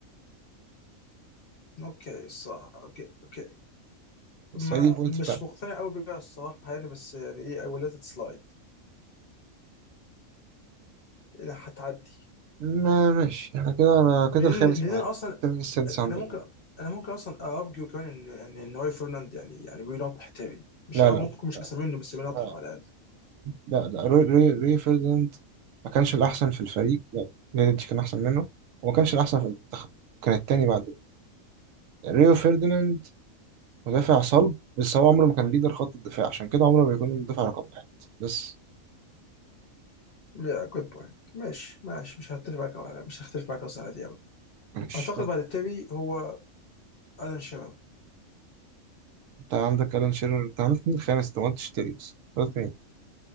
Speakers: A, on the left; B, on the right.
A: اوكي الصراحه اوكي اوكي
B: بس
A: ما
B: هي دي البوينت بتاعتي
A: مش مقتنع قوي بيها الصراحه يعني بس يعني ايه I will let it slide يعني هتعدي
B: ما ماشي احنا كده انا
A: لان
B: كده الخامس
A: لان
B: معاك
A: أنا اصلا
B: انت مين السادس عندك
A: انا ممكن
B: بقى؟
A: انا ممكن اصلا ارجو كمان ان ان إن هو فرناند يعني يعني بينطح تاني مش
B: لا
A: اه
B: لا
A: ممكن يكون مش احسن منه بس بينطحه
B: آه.
A: على
B: لا لا روي روي, روي فيرديناند ما كانش الاحسن في الفريق لا فيديتش كان احسن منه وما كانش الاحسن في المنتخب كان التاني بعده ريو فيرديناند مدافع صلب بس هو عمره ما كان ليدر خط الدفاع عشان كده عمره ما بيكون المدافع رقم واحد بس
A: الاقل جود بوينت ماشي ماشي مش هختلف معاك أوي، مش هختلف معاك اصلا على دي أوي.
B: ماشي
A: اعتقد بعد التابي هو الان شيرر
B: انت عندك الان شيرر انت عندك مين الخامس انت ما قلتش تيري بس انت قلت مين؟